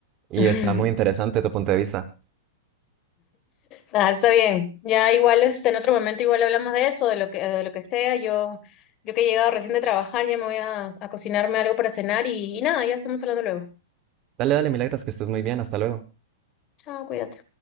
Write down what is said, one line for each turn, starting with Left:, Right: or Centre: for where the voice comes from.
Right: y
Left: <laughs>
Right: está muy interesante tu punto de vista.
Left: Ah, está bien. Ya igual este, en otro momento igual hablamos de eso, de lo que, de lo que sea. Yo, yo que he llegado recién de trabajar, ya me voy a, a cocinarme algo para cenar y, y nada, ya estamos hablando luego.
Right: Dale, dale, Milagros, que estés muy bien. Hasta luego.
Left: Chao, cuídate.